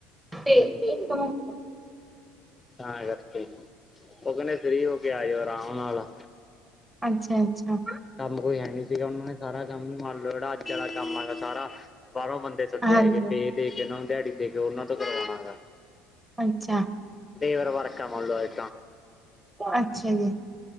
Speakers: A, on the right (about 15°); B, on the left (about 15°).
A: ਤੇ
B: ਹੂੰ।
A: ਇੱਕ ਨੂੰ
B: ਤਾਂ ਕਰਕੇ ਉਹ ਕਹਿੰਦੇ ਫ੍ਰੀ ਹੋ ਕੇ ਆ ਜਾਓ ਆਰਾਮ ਨਾਲ।
A: ਅੱਛਾ ਅੱਛਾ।
B: ਕੰਮ ਕੋਈ ਹੈ ਨਹੀਂ ਸੀਗਾ ਉਹਨਾਂ ਨੇ ਸਾਰਾ ਕੰਮ ਮੰਨ ਲਓ ਜਿਹੜਾ ਅੱਜ ਵਾਲਾ ਕੰਮ ਹੈਗਾ ਸਾਰਾ ਬਾਹਰੋਂ ਬੰਦੇ ਸੱਦੇ
A: ਹਾਂਜੀ
B: ਹੈਗੇ। ਪੇ ਦੇ ਕੇ ਉਹਨਾਂ ਨੂੰ ਦਿਹਾੜੀ ਦੇ ਕੇ ਉਹਨਾਂ ਤੋਂ ਕਰਵਾਉਣਾ ਹੈਗਾ।
A: ਅੱਛਾ।
B: ਲੇਵਰ ਵਰਕ ਆ ਮੰਨ ਲਓ ਅੱਜ।
A: ਅੱਛਾ ਜੀ।